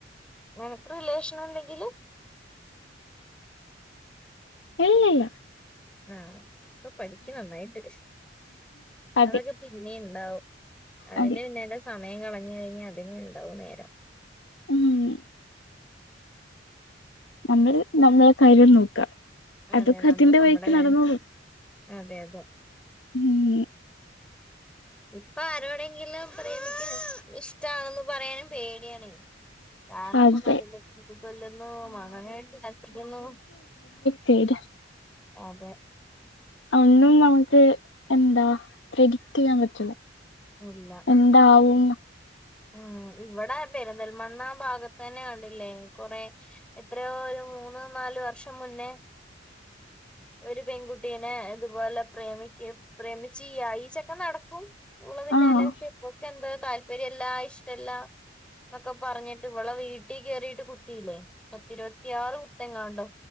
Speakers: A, in the centre; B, on the left.
A: നിനക്ക് റിലേഷൻ എന്തെങ്കിലും
B: ഇല്ലില്ല
A: ആ ഇപ്പൊ പഠിക്ക് നന്നായിട്ട്
B: അതെ
A: അതൊക്കെ പിന്നെയും ഉണ്ടാവും അതിന്റെ
B: അതെ
A: പിന്നാലെ സമയം കളഞ്ഞു കഴിഞ്ഞാൽ അതിനെ ഉണ്ടാവു നേരം
B: <unintelligible> നമ്മൾ നമ്മളെ കാര്യം നോക്കാം
A: അതെ
B: അതൊക്കെ
A: നമ്മള്
B: അതിന്റെ
A: നമ്മുടെ
B: വഴിക്ക്
A: കാര്യം
B: നടന്നോളൂ
A: അതെ അതെ
B: ഉം
A: ഇപ്പൊ ആരോടെങ്കിലും പ്രേമക്ക് ഇഷ്ടമാണെന്ന് പറയാനും പേടിയണ കാരണം ഇപ്പൊ
B: അതെ
A: കണ്ടില്ലേ കുത്തിക്കൊല്ലുന്നു മണ്ണെണ്ണ ഒഴിച്ച് കത്തിക്കുന്നു
B: പേട്യാ
A: അതെ
B: ഒന്നും നമുക്ക് എന്താ പ്രഡിക്ട് ചെയ്യാൻ പറ്റുള്ള
A: ഉള്ള
B: എന്താവും
A: ഉം ഇവിടെ പെരിന്തൽമണ്ണ ഭാഗത്ത് തന്നെയാണല്ലേ കൊറെ എത്രയോ ഒരു മൂന്നോ നാാലു വർഷം മുന്നേ ഒരു പെൺകുട്ടി ഇതുപോലെ പ്രേമിക്ക് പ്രേമിച്ച്യ ഈച്ചക്കെ നടക്കും കൂള പിന്നാലെപ്പക്കെ
B: ആഹ്
A: എന്താ താല്പര്യ എല്ല ഇഷ്ടല്ല എന്നൊക്കെ പറഞ്ഞിട്ട് ഇവളെ വീട്ടിൽ കേയറിട്ട് കുത്തിയില്ലേ പത്തിരുപത്തിയാറ് എങ്ങണ്ടോ